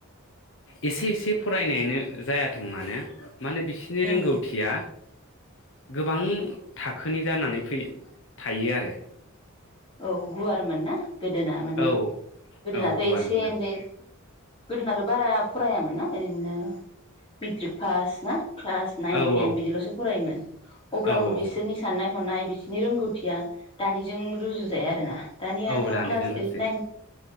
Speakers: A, on the left (about 55°); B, on the left (about 25°).
A: एसे एसे फरायनायानो जायाथों मानो माने बिसोरनि
B: उम
A: रोंगौथिया गोबां थाखोनि जानानै फै थायो आरो।
B: औ गुवारमोन ना। गोदोना मानि
A: औ
B: गोदोनाथ'
A: औ गुवारमोन
B: एसे एनै गोदोनाथ' बारा फरायामोन ना ओरैनो मेट्रिक पास ना क्लास नाइन
A: ओं
B: थेन
A: औ
B: बिदिल'सो फरायोमोन अब्लाबो
A: औ औ
B: बिसोरनि साननाय हनाय नि रोंगौथिया दानिजों रुजु जाया आरोना। दानियाथ'
A: औ रानिजों
B: क्लास
A: रुजुजाया
B: ओइट नाइन